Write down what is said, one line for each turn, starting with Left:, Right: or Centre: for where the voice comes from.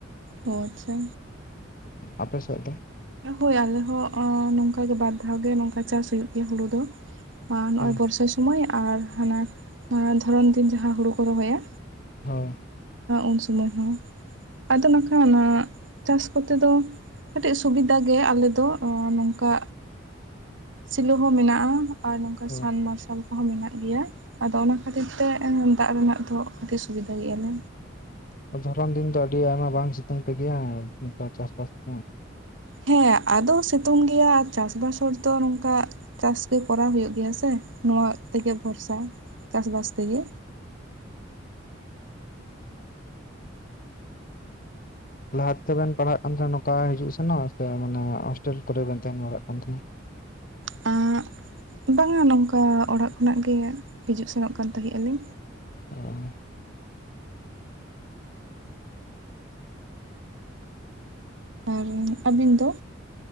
Right: ᱳ ᱟᱪᱷᱟ᱾
Left: ᱟᱯᱮ ᱥᱮᱫ ᱫᱚ?
Right: ᱦᱳᱭ ᱟᱞᱮ ᱦᱚᱸᱚᱸ ᱱᱚᱝᱠᱟᱟᱜᱮ ᱵᱟᱨ ᱫᱷᱟᱣ ᱜᱮ ᱱᱚᱝᱠᱟ ᱪᱟᱥ ᱦᱩᱭᱩᱜ ᱜᱮᱭᱟ ᱦᱩᱲᱩ ᱫᱚ᱾ ᱟᱨ ᱱᱚᱜᱼᱚᱭ
Left: ᱦᱮᱸ
Right: ᱵᱚᱨᱥᱟ ᱥᱚᱢᱚᱭ ᱟᱨ ᱦᱟᱱᱟ ᱫᱷᱚᱨᱚᱱ ᱫᱤᱱ ᱡᱟᱦᱟᱸᱟ ᱦᱩᱲᱩ ᱠᱚ ᱨᱚᱦᱚᱭᱟ᱾
Left: ᱦᱳᱭ᱾
Right: ᱩᱱ ᱥᱚᱢᱚᱭ ᱦᱚᱸ ᱟᱫᱚ ᱱᱟᱠᱷᱟᱱ ᱚᱱᱟᱼᱼ ᱪᱟᱥ ᱠᱚᱛᱮ ᱫᱚ ᱠᱟᱹᱴ ᱥᱩᱵᱤᱫᱷᱟ ᱜᱮ ᱟᱞᱮ ᱫᱚ ᱱᱚᱝᱠᱟ ᱥᱮᱞᱳ ᱦᱚᱸ ᱢᱮᱱᱟᱜᱼᱟ᱾ ᱟᱨ ᱱᱚᱝᱠᱟ
Left: ᱦᱳᱭ
Right: ᱥᱟᱱᱢ ᱢᱟᱨᱥᱟᱞ ᱠᱚᱦᱚᱸ ᱢᱮᱱᱟᱜ ᱜᱮᱭᱟ ᱟᱫᱚ ᱚᱱᱟ ᱠᱷᱟᱹᱛᱤᱨ ᱛᱮ ᱫᱟᱜ ᱨᱮᱱᱟᱜ ᱫᱚ᱾ ᱟᱹᱰᱤ ᱥᱩᱵᱤᱫᱷᱟ ᱜᱮᱭᱟ ᱞᱮ᱾
Left: ᱫᱷᱚᱨᱚᱱ ᱫᱤᱱ ᱫᱚ ᱟᱹᱰᱤ ᱟᱭᱢᱟ ᱵᱟᱝ ᱥᱤᱛᱩᱝ ᱯᱮ ᱜᱮᱭᱟ ᱚᱝᱠᱟ ᱪᱟᱥᱵᱟᱥ ᱠᱚ ᱦᱟᱸᱜ?
Right: ᱦᱮᱸ ᱟᱫᱚ ᱥᱤᱛᱩᱝ ᱜᱮᱭᱟ, ᱪᱟᱥ ᱵᱟᱥ ᱦᱚᱲᱫᱚ ᱱᱚᱝᱠᱟ ᱪᱟᱥ ᱜᱮ ᱠᱚᱨᱟᱣ ᱦᱩᱭᱩᱜ ᱜᱮᱭᱟ ᱥᱮ ᱱᱚᱣᱟ ᱛᱮᱜᱮ ᱵᱷᱚᱨᱥᱟ ᱪᱟᱥᱵᱟᱥ ᱛᱮᱜᱮ᱾
Left: ᱞᱟᱦᱟ ᱛᱮᱵᱮᱱ ᱯᱟᱲᱦᱟᱜ ᱠᱟᱱ ᱛᱟᱦᱮᱸᱱᱟ ᱱᱚᱝᱠᱟ ᱦᱤᱡᱩᱜ ᱥᱮᱱᱚᱜ ᱥᱮ ᱢᱟᱱᱮ ᱦᱚᱳᱥᱴᱮᱞ ᱠᱚᱨᱮ ᱵᱮᱱ ᱛᱟᱦᱮᱸᱱ ᱵᱟᱲᱟᱜ ᱠᱟᱱ ᱛᱟᱦᱮᱸᱱᱟ?
Right: ᱟᱸᱜ ᱵᱟᱝᱟ ᱱᱚᱝᱠᱟ ᱚᱲᱟᱜ ᱠᱷᱚᱱᱟᱜ ᱜᱮ ᱦᱤᱡᱩᱜ ᱥᱮᱱᱚᱜ ᱠᱟᱱ ᱛᱟᱦᱮᱸᱜ ᱟᱞᱤᱧ᱾
Left: ᱚ,
Right: ᱟᱨ ᱟᱹᱵᱤᱱ ᱫᱚ?